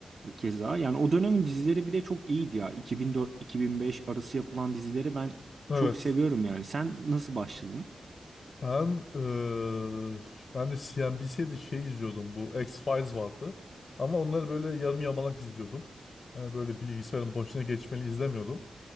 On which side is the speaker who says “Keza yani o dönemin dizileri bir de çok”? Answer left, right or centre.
Right